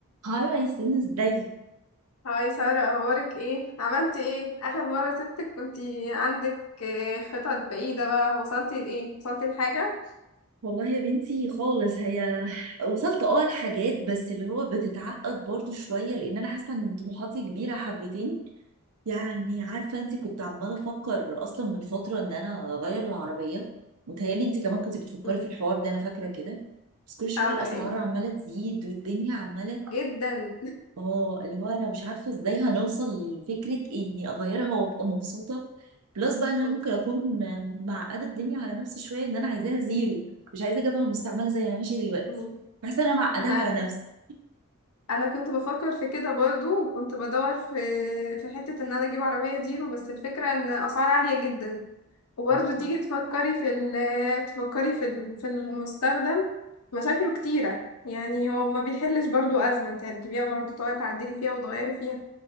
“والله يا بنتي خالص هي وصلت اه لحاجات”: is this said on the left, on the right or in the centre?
Right